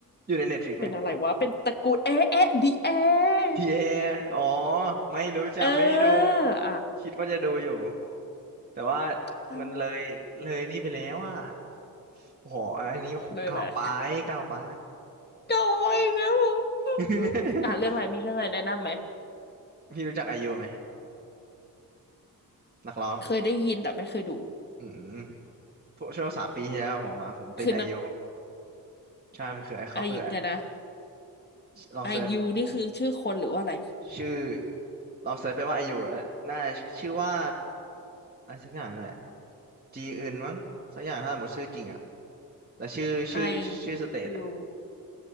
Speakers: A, on the right; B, on the left.
A: อยู่ในเน็ตฟ i ิกไหม
B: เป็นอะไรวะเป็นตระกูลเอ๊ะเอ๊ะดีเอ๊ะ
A: ทีเออ๋อไม่รู้จักไม่ได้ดู
B: เอออ่ะ
A: คิดว่าจะดูอยู่แต่ว่า
B: เอ้า
A: มันเลยเลยนี่ไปแล้วอ่ะโอ้โหอันนี้โอ้โหเก่าไปเก่าไป
B: เลยแหละ <laughs> เก่าไปอีกแล้วเหรอ
A: <laughs>
B: อ่ะเรื่องอะไรมีเรื่องอะไรแนะนำไหม
A: พี่รู้จักไอยูไหมนักร้อง
B: เคยได้ยินแต่ไม่เคยดู
A: อืมพวกช่วงสามปีที่แล้วผมอ่ะผมติดไอยู
B: คือนัก
A: ใช่มันคือไอเขาคือ
B: อายุเดี๋ยวนะ
A: ลองเซิร์ช
B: อายุนี่คือชื่อคนหรือว่าอะไร
A: ชื่อลองเซิร์ชไปว่าไอยูแล้วน่าชื่อว่าอะไรสักอย่างนั่นแหละจีอื่นมั้งสักอย่างถ้าหมดชื่อจริงอ่ะ แล้วชื่อชื่อชื่อสเตทอะ
B: I U